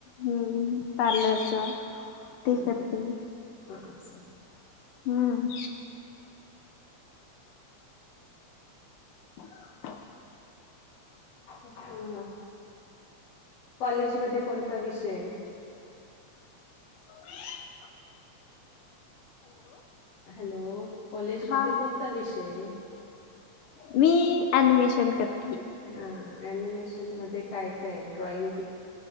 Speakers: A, on the left (about 85°); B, on the left (about 60°).
A: हम्म पार्लरच ते
B: हम्
A: करते
B: हम् हम् असं.
A: हम्म. हं... ट.. च.. <inaudible>
B: हं, कॉलेज मध्ये कोणता विषय?
A: Mummy
B: hello? कॉलेज
A: हा
B: मध्ये कोणता विषय हे?
A: मी एनिमेशन करते.
B: हा एनिमेशन मध्ये काय काय ड्रॉइंग